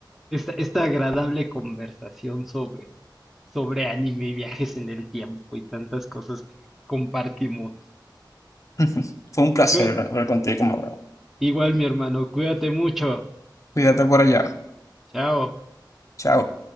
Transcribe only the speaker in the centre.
esta, esta agradable conversación sobre, sobre anime y viajes en el tiempo y tantas cosas que compartimos.
Cuí-
Igual mi hermano, cuídate mucho.
Chao.